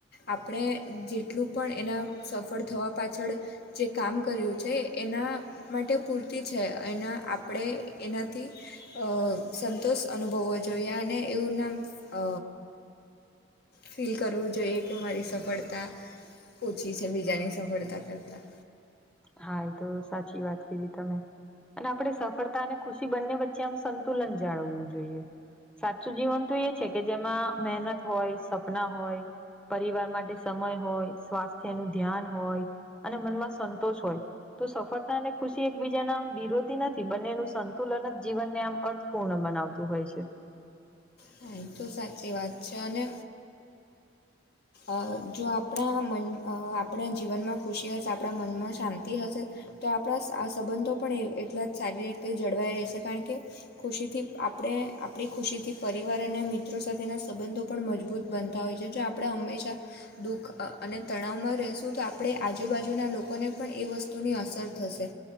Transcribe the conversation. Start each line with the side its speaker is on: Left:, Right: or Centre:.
Left: આપણે જેટલું પણ એના સફળ થવા પાછળ જે કામ કર્યું છે એના માટે પૂરતી છે. એના આપ પડે એનાથી અ સંતોષ અનુભવવો જોઈએ અને એવું નામ અ ફીલ કરવું જોઈએ કે મારી સફળતા ઓછી છે બીજાની સફળતા કરતા
Centre: હા ઈતો સાચી વાત કીધી તમે. અને આપણે સફળતા અને ખુશી બંને વચ્ચે આમ સંતુલન જાળવવું જોઈએ. સાચું જીવન તો એ છે કે જેમાં મહેનત હોય, સપના હોય, પરિવાર માટે સમય હોય, સ્વાસ્થ્ય નું ધ્યાન હોય અને મનમાં સંતોષ હોય. તો સફળતા અને ખુશી એકબીજાના આમ વિરોધી નથી. બંનેનું સંતુલન જીવનને આમ અર્થ પૂર્ણ બનાવતું હોય છે.
Left: હા ઈતો સાચી વાત છે અને અ જો આપણા મન અ આપણા જીવનમાં ખુશી હશે. આપણા મનમાં શાંતિ હશે તો આપણા આ સંબંધો પણ એટલા જ સારી રીતે જળવાઈ રહેશે, કારણ કે ખુશીથી આપડે આપણી ખુશીથી પરિવાર અને મિત્રો સાથેના સંબંધો પણ મજબૂત બનતા હોય છે જો આપ આપડે હંમેશા દુઃખ અને તણાવમાં રહેશું તો આપણે આજુબાજુના લોકોને પણ એ વસ્તુની અસર થશે.